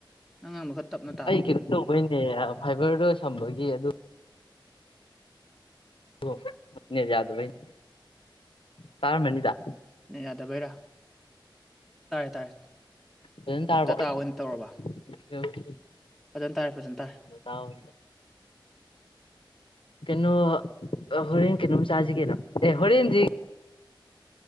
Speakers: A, in the centre; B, on the left.
A: ꯅꯪ ꯉꯥꯡꯕ ꯈꯔ ꯇꯞꯅ ꯇꯥꯕ
B: ꯑꯩ ꯀꯩꯅꯣ ꯇꯧꯕꯩꯅꯦ ꯐꯥꯏꯕꯔꯗꯣ ꯁꯝꯕꯒꯤ ꯑꯗꯨ ꯑꯣ ꯅꯦꯠ ꯌꯥꯗꯕꯩꯅꯦ ꯇꯥꯔꯃꯅꯤꯗ
A: ꯅꯦꯠ ꯌꯥꯗꯕꯩꯔꯥ ꯇꯥꯥꯔꯦ ꯇꯥꯔꯦ
B: ꯐꯖꯅ ꯇꯥꯔꯕꯣ
A: ꯗꯇꯥ
B: ꯑꯣꯀꯦ
A: ꯑꯣꯏꯅ ꯇꯧꯔꯕ
B: ꯑꯣꯀꯦ
A: ꯐꯖꯅ ꯇꯥꯔꯦ ꯐꯖꯅ ꯇꯥꯔꯦ
B: ꯇꯥꯎ ꯀꯩꯅꯣ ꯍꯣꯔꯦꯟ ꯀꯩꯅꯣꯝ ꯆꯥꯁꯤ ꯀꯩꯅꯣ ꯑꯦ ꯍꯣꯔꯦꯟꯗꯤ